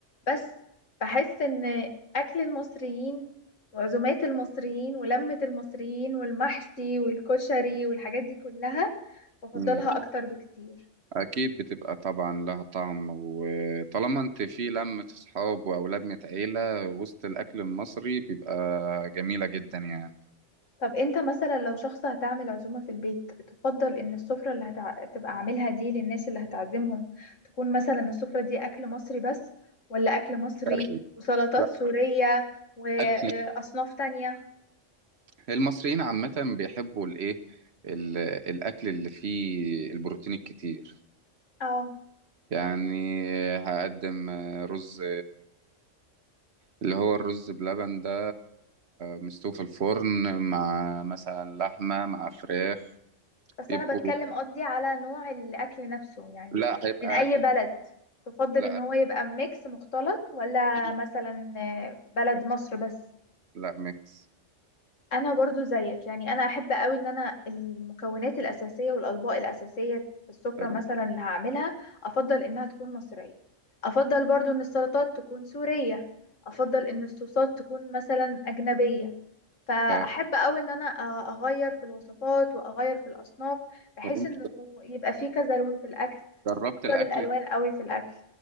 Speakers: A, on the left; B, on the right.
A: بس بحس ان اكل المصريين وعزومات المصريين ولمة المصريين والمحشي والكشري والحاجات دي كلها بفضلها
B: مم.
A: اكتر بكتير
B: اكيد بتبقى طبعا لها طعم وطالما انت في لمة اصحاب واولاد من عيلة وسط الاكل المصري بيبقى جميلة جدا يعني
A: طب انت مثلا لو شخص هتعمل عزومة في البيت تفضل ان السفرة اللي هتع... تبقى عاملها دي للناس اللي هتعزمهم تكون مثلا السفرة دي اكل مصري بس ولا اكل مصري
B: شرقي.
A: وسلطات
B: لا
A: سورية واصناف
B: اكل
A: تانية
B: المصريين عامة بيحبوا الايه ال- الاكل اللي فيه البروتين الكتير
A: اه
B: يعني هقدم رز اللي هو الرز بلبن ده مستوي في الفرن مع مثلا لحمة مع فراخ
A: بس
B: يبقوا
A: انا بتكلم قصدي على نوع الاكل نفسه يعني
B: لا هيبقى
A: من اي
B: اكل
A: بلد تفضل
B: لا
A: ان هو يبقى ميكس مختلط ولا
B: مش
A: مثلا آه، بلد
B: ميكس
A: مصر بس
B: لا ميكس
A: انا برضو زيك يعني انا احب قوي ان انا المكونات الاساسيه والاطباق الاساسيه في السفره
B: حلو
A: مثلا اللي هعملها افضل انها تكون مصريه افضل برضو ان السلطات تكون سوريه افضل ان الصوصات تكون مثلا اجنبيه فاحب
B: ف-
A: قوي ان انا أ- اغير في الوصفات واغير في الاصناف بحيث
B: طب انت
A: انه يبقى في كذا لون في الاكل
B: جربت
A: بفضل
B: الاكل
A: الالوان قوي في الاكل